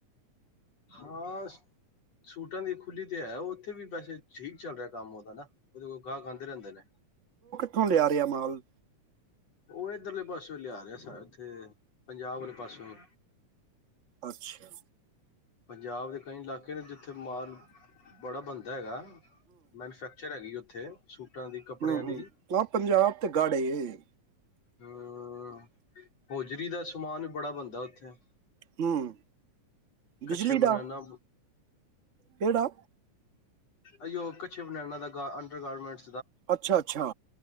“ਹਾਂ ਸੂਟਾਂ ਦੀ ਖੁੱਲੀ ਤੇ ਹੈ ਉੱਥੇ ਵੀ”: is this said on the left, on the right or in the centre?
Left